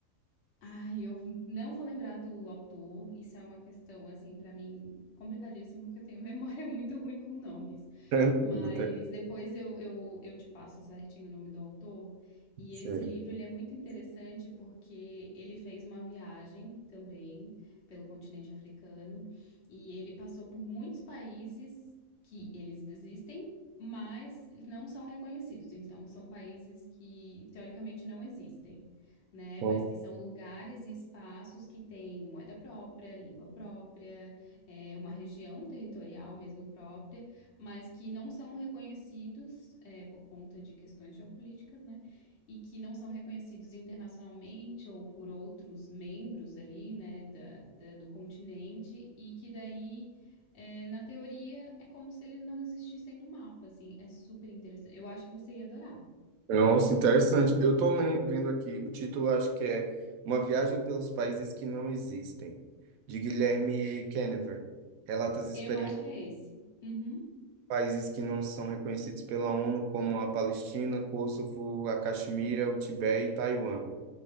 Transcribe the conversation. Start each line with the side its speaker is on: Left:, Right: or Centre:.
Left: Ai, eu não vou lembrar do autor. Isso é uma questão, assim, pra mim complicadíssima, porque eu tenho memória <laughs> muito ruim com nomes.
Right: Tranquilo,
Left: Mas
Right: tá
Left: depois eu, eu, eu te passo certinho o nome do autor. E
Right: certo.
Left: esse livro ele é muito interessante porque ele fez uma viagem também pelo continente africano e ele passou por muitos países que eles existem, mas não são reconhecidos. Então, são países que teoricamente não existem né,
Right: Bom,
Left: mas que são lugares e espaços que têm moeda própria, língua própria, eh, uma região territorial mesmo própria, mas que não são reconhecidos, eh, por conta de questões geopolíticas, né, e que não são reconhecidos internacionalmente ou por outros membros ali, né, da, da- do continente, e que daí. eh, na teoria, é como se eles não existissem no mapa, assim, é super interessante. Eu acho que você ia adorar.
Right: Nossa, interessante. Eu estou vendo aqui, o título acho que é Uma Viagem pelos Países que Não Existem, de Guilherme Kennever. Relata as experiências
Left: Eu acho que é esse. Uhum.
Right: de países que não são reconhecidos pela ONU, como a Palestina, Kosovo, a Caxemira, o Tibete e Taiwan.